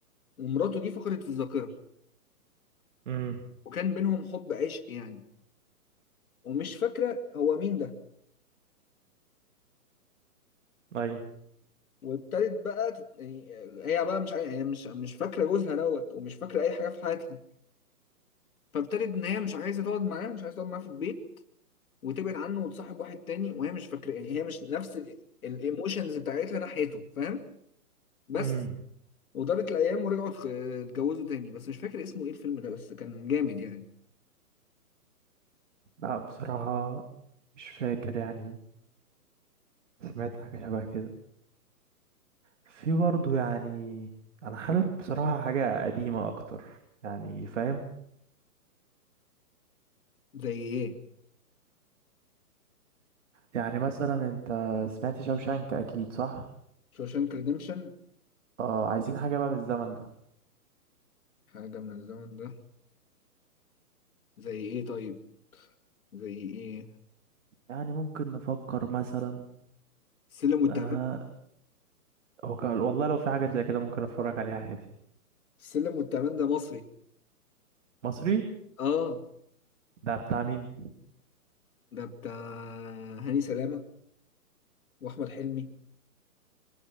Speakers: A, on the left; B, on the right.
A: ومراته دي فقدت الذاكرة
B: امم
A: وكان بينهم حب عشق يعني ومش فاكرة هو مين ده
B: ايوه
A: وابتدت بقى تت... يعني هي بقى مش عاي... هي مش مش فاكره جوزها دوت ومش فاكره اي حاجه في حياتها فابتدت ان هي مش عايزه تقعد معاه مش عايزه تقعد معاه في البيت وتبعد عنه وتصاحب واحد تاني وهي مش فاكره يعني هي مش نفس ال- الايموشنز بتاعتها ناحيته فاهم بس
B: امم
A: ودارت الايام ورجعوا اتخ- اتجوزوا تاني بس مش فاكر اسمه ايه الفيلم ده بس كان جامد يعني
B: لا بصراحة مش فاكر يعني سمعت حاجة شبه كده في برضه يعني أنا حابب بصراحة حاجة قديمة أكتر يعني فاهم
A: زي ايه
B: يعني مثلا أنت سمعت شوشانك أكيد صح؟
A: شوشانك ريديمشن
B: اه عايزين حاجة بقى من الزمن ده
A: حاجه من الزمن ده زي ايه طيب زي ايه
B: يعني ممكن نفكر مثلا
A: السلم والتعبان
B: آه هو ك- والله لو في حاجة زي كده ممكن أتفرج عليها عادي
A: السلم والتعبان ده مصري
B: مصري
A: اه
B: ده بتاع مين؟
A: ده بتاع هاني سلامة واحمد حلمي